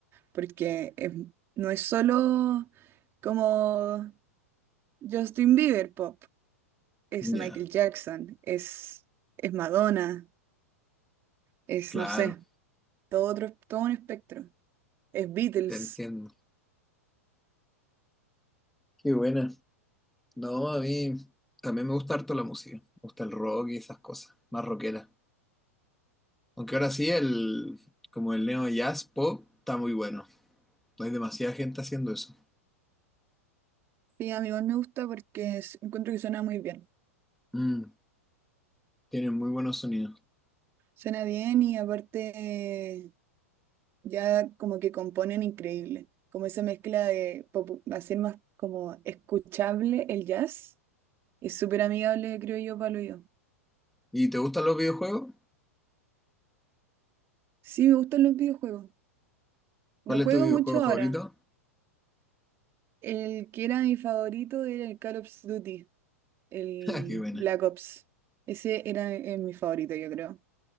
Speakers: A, on the right; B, in the centre.
A: porque es- no es solo como Justin Bieber pop, es
B: Ya,
A: Michael Jackson, es, es Madonna, es,
B: claro,
A: no sé, todo otro, todo un espectro. Es Beatles.
B: te entiendo. Qué buena. No, a mí también me gusta harto la música. Me gusta el rock y esas cosas, más rockera. Aunque ahora sí, el, como el neo jazz pop está muy bueno. No hay demasiada gente haciendo eso.
A: Sí, a mí igual me gusta porque es- encuentro que suena muy bien.
B: Mm, tienen muy buenos sonidos.
A: Suena bien y aparte ya como que componen increíble. Como esa mezcla de popu- hacer más como escuchable el jazz es súper amigable, creo yo, para lo yo.
B: ¿Y te gustan los videojuegos?
A: Sí, me gustan los videojuegos.
B: ¿Cuál
A: No juego
B: es tu videojuego
A: mucho ahora.
B: favorito? <laughs>
A: El que era mi favorito era el Call of Duty, el
B: Ah, qué buena.
A: Black Ops. Ese era eh, mi favorito, yo creo.